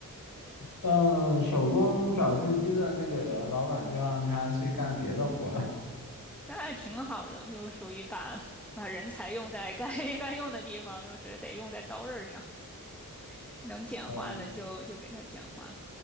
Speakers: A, on the left; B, in the centre.
A: 嗯，手工找信息的那个人，老板就让他去干别的活儿了。
B: <laughs> 那挺好的，就属于把把人才用在该 <laughs> 该用的地方，就是得用在刀刃上，<laughs> 能简化了就就给他简化。
A: <laughs> 嗯，